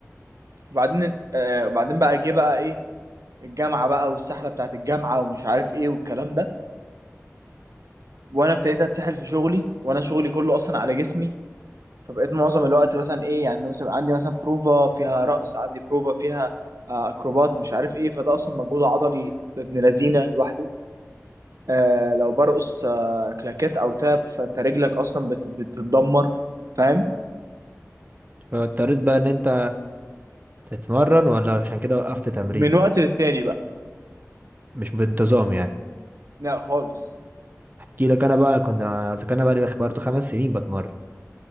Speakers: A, on the right (about 80°); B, on the right (about 35°).
A: وبعدين آه بعدين بقى جه بقى ايه الجامعه بقى والسحله بتاعت الجامعه ومش عارف ايه والكلام ده وانا ابتديت اتسحل في شغلي وانا شغلي كله اصلا على جسمي فبقيت معظم الوقت مثلا ايه يعني أنا مثلا عندي مثلا بروفا فيها رقص عندي بروفا فيها آه، اكروبات مش عارف ايه فده اصلا مجهود عضلي ابن لذينه لوحده آه لو برقص آه كلاكيت او تاب فانت رجلك اصلا بت بتتدمر فاهم
B: فاضطريت بقى ان انت تتمرن ولا عشان كده وقفت تمرين
A: من وقت للتاني بقى
B: مش بانتظام يعني
A: لا خالص
B: احكي لك انا بقى كنا اذا كان انا بقى لي برضه خمس سنين بتمرن